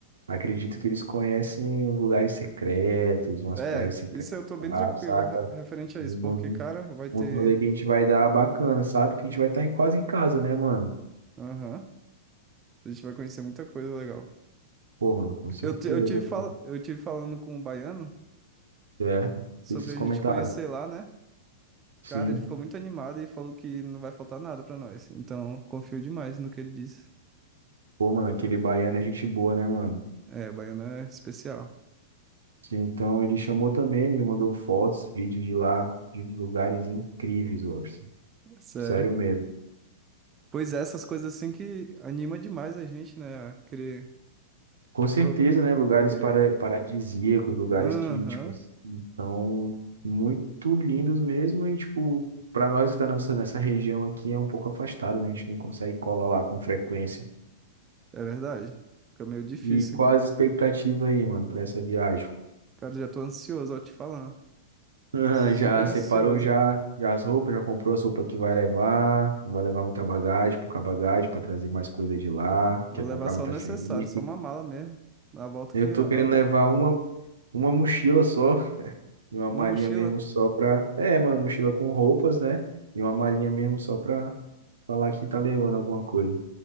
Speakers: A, on the right; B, on the right.
A: acredito que eles conhecem os lugares secretos, umas
B: É,
A: praias secretas,
B: isso eu tô bem
A: lá,
B: tranquilo
A: saca?
B: re- referente a
A: E
B: isso,
A: uns
B: porque, cara, vai ter.
A: uns rolê que a gente vai dar bacana, sabe? Que a gente vai estar em, quase em casa, né, mano?
B: Aham, a gente vai conhecer muita coisa legal.
A: Pô, mano, com certeza,
B: Eu, ti- eu, tive fal...
A: pô.
B: eu tive falando com um baiano
A: Certo. O
B: sobre
A: que que vocês
B: a
A: comentaram?
B: gente conhecer lá, né?
A: Sim.
B: Cara, ele ficou muito animado e falou que não vai faltar nada pra nós. Então, confio demais no que ele disse.
A: Pô, mano, aquele baiano é gente boa, né, mano?
B: É, baiano é especial,
A: Sim, então ele chamou também, ele me mandou fotos, vídeos de lá, de lugares incríveis, Orson.
B: é sério.
A: Sério mesmo.
B: Pois é, essas coisas assim que anima demais a gente, né? A querer.
A: Com certeza,
B: apro-
A: né? Lugares
B: querer-
A: para, paradisíacos, lugares
B: Aham,
A: que, tipo, assim, são muito lindos mesmo e, tipo, para nós que tá nessa, nessa região aqui é um pouco afastado, né? A gente não consegue colar lá com frequência.
B: é verdade. Fica meio difícil.
A: E qual as expectativas aí, mano, para essa viagem?
B: Cara, já tô ansioso ao te falar.
A: <laughs> Aham,
B: Super
A: já
B: ansioso.
A: separou já, já as roupas, já comprou as roupas que vai levar, não vai levar muita bagagem, pouca bagagem para trazer mais coisa de lá,
B: Eu
A: quer
B: Vou
A: comprar
B: levar só
A: muita
B: o necessário,
A: feirinha aqui.
B: só uma mala mesmo. Na volta
A: Eu
B: que. eu-
A: tô querendo levar uma, uma mochila só, e uma
B: Uma
A: malinha
B: mochila?
A: mesmo só pra. É, uma mochila com roupas, né? E uma malinha mesmo só pra falar que tá levando alguma coisa.